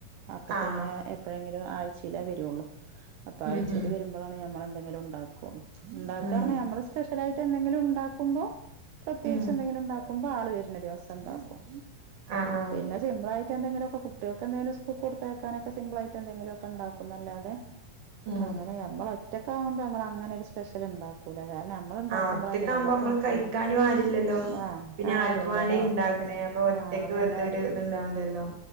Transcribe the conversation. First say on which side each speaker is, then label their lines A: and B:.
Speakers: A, on the right; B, on the right.
A: അപ്പൊ
B: ആഹ്
A: പിന്നെ എപ്പോഴെങ്കിലും ആഴ്ചയിലേ വരുള്ളൂ അപ്പൊ
B: ഉം
A: ആഴ്ചൽ
B: ഉം
A: വരുമ്പോഴാണ് ഞമ്മളെ എന്ത ഉണ്ട ഉണ്ട
B: ഉം
A: നമ്മള് സ്പെഷ്യല ആായിട്ട് എന്തെങ്കിലും ഉണ്ടാക്കുമ്പോ പ്രത്യേകിച്ച്
B: ഉം
A: എന്തെങ്കിലും ഉണ്ടാക്കുമ്പോ ആൾ വരുന്ന ദിവസം ഉണ്ടാക്കും
B: ആഹ് ആഹ്
A: പിന്നെ സിമ്പിൾയിട്ട് എന്തങ്കിലുംക്കെ കുട്ടൾക്ക് എന്തെിലും സ്കൂൾ കൊടുത്തേക്കെ സിമ്പിൾ ആയി് എന്തെിലും ഒക്കെണ്ടും അല്ല അതെ
B: ഉം
A: അങ്ങനെ ഞമ്മള ഒറ്റക്ക ആകുമ്പോ നമ്മള അങ്ങനൊ ഒരു സ്പെഷ്യൽ ഉണ്ടാക്കൂലേ നമ്മൾ ഉണ്ടാക്കുമ്പോളല്ലേ
B: ആ ഒറ്റക്കാവുമ്പോ
A: നമ്മക്ക്
B: നമ്മള് കഴിക്കാനും
A: ആ
B: ആരില്ലല്ലോ
A: ആഹ
B: പിന്നെ
A: ആരുല്ലലോ
B: ആർക്ക് വേണ്ടേ ഇണ്ടാക്കണേ
A: പിന്നെ
B: അപ്പൊ ഒറ്റക്ക്
A: ആഹന്നാര
B: വെറുതെ ഒരു ഇത്ണ്ടാവില്ലല്ലോ